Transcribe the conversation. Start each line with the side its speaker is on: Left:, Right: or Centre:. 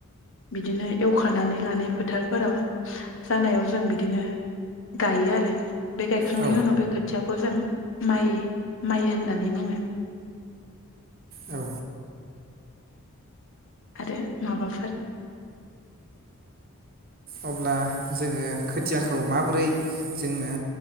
Left: बिदिनो एवखानानै लानाय फोथारफोराव जानायाव जों बिदिनो गायो आरो। बे गायखांनायनि
Right: औ
Left: उनाव बे खोथियाखौ जों माइ माइ होननानै बुङो।
Right: औ
Left: आरो माबाफोर
Right: अब्ला जोङो खोथियाखौ माबोरै जोङो